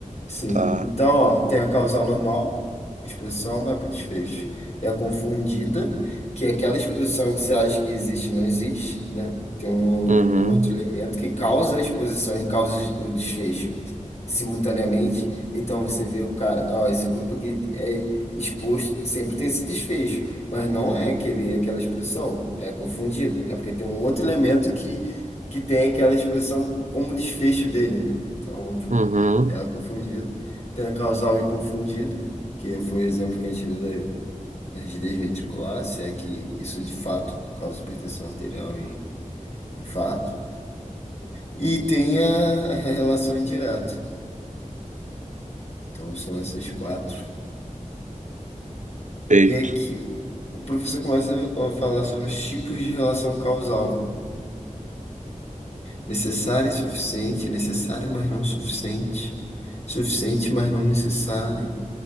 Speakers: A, on the left; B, on the right.
A: Sim.
B: Tá.
A: Então, ó, tem a causal normal, exposição vai para o desfecho. Tem a confundida, que é aquela exposição que você acha que existe e não existe, né? Tem um,
B: Uhum,
A: um outro elemento que causa a exposição e causa o desfecho simultaneamente. Então você vê o cara, ó, esse grupo aqui é exposto, sempre tem esse desfecho, mas não é aquele, aquela exposição, é confundida. É porque tem um outro elemento que, que tem aquela exposição como desfecho dele, né? Então.
B: uhum.
A: Ela confundida. Tem a causal e confundido, que foi o exemplo que a gente deu da, da rigidez ventricular, se é que isso de fato causa hipertensão arterial e infarto. E tem a, a relação indireta. Então são essas quatro.
B: Feito.
A: E aqui o professor começa a falar sobre os tipos de relação causal. Necessária e suficiente, necessária, mas não suficiente. Suficiente, mas não necessária.